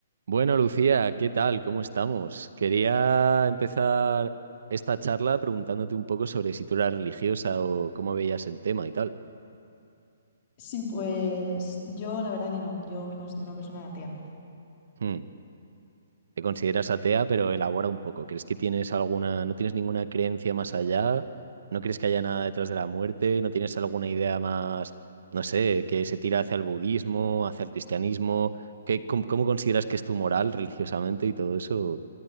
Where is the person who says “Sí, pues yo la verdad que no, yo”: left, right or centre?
Left